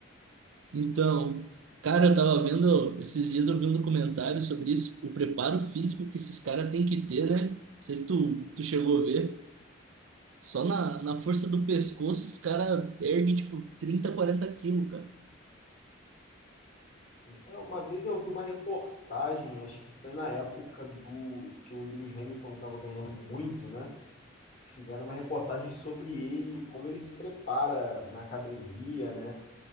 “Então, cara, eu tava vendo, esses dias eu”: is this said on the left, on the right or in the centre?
Right